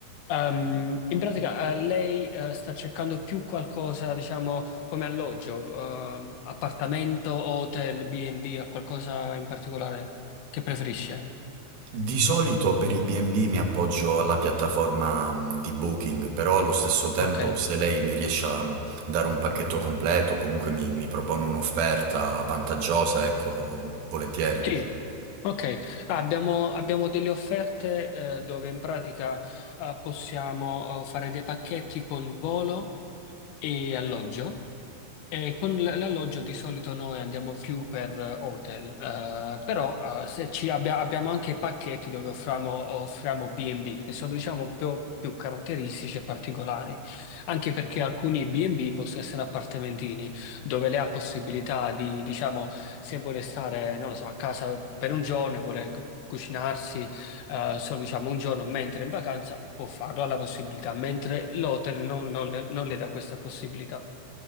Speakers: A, on the left (about 80°); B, on the right (about 70°).
A: Ehm, in pratica, eh, lei eh, sta cercando più qualcosa, diciamo, come alloggio, ehm, appartamento, hotel, B&B, o qualcosa in particolare che preferisce?
B: Di solito per i B&B mi appoggio alla piattaforma mm, di Booking, però allo stesso tempo
A: Ok.
B: se lei mi riesce a mm, dare un pacchetto completo, comunque mi, mi propone un'offerta vantaggiosa, ecco, volentieri.
A: Sì, ok. Ah, abbiamo, abbiamo delle offerte eh, dove in pratica eh, possiamo eh, fare dei pacchetti con volo e alloggio. Eh, con l- l'alloggio di solito noi andiamo più per eh, hotel, eh, però eh, se ci abbia- abbiamo anche pacchetti dove offriamo, offriamo B&B, che sono diciamo più, più caratteristici e particolari, anche perché alcuni B&B possono essere appartamentini, dove lei ha possibilità di, diciamo, se vuole stare, non lo so, a casa per un giorno e vuole cu- cucinarsi eh, solo diciamo un giorno, mentre è in vacanza può farlo, ha la possibilità, mentre l'hotel non non le non le dà questa possibilità.